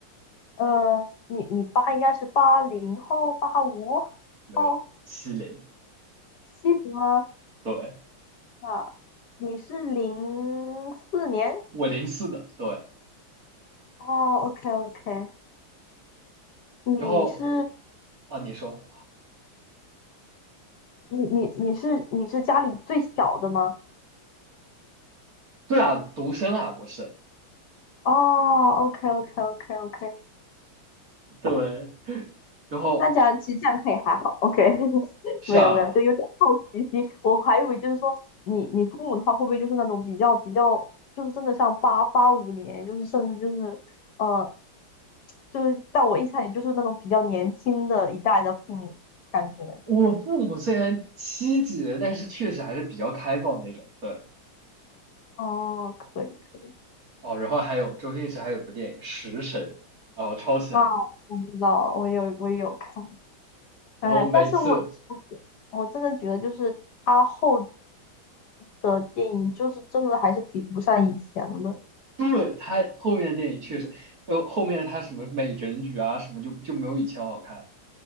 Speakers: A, on the left; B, on the right.
A: 呃，你你爸应该是八零后、八五
B: 没有七零，
A: 后、七零吗？
B: 对，
A: 啊，你是零四年？
B: 我零四的，对，
A: 哦，OK OK，你是
B: 然后啊，你说
A: 你你你是你是家里最小的吗？
B: 对啊，独生啊，我是
A: 哦，OK OK OK OK，
B: 对，然后
A: 那这样其实这样可以还好，OK，<laughs>
B: 是啊，
A: 没有没有，就有点好奇心，我还以为就是说你你父母的话会不会就是那种比较比较就是真的像八八五年，就是甚至就是呃就是在我印象里就是那种比较年轻的一代的父母感觉。
B: 我父母虽然七几的，但是确实还是比较开放的那种，对
A: 哦，可以可以
B: 哦，然后还有周星驰还有部电影《食神》，哦，超喜欢，
A: 啊，我知道，我有我也有看，
B: 然后每次
A: 哎，但是我我真的觉得就是他后期的电影就是真的还是比不上以前的。
B: 对，他后面的电影确实，呃，后面他什么美人鱼啊什么就就没有以前好看。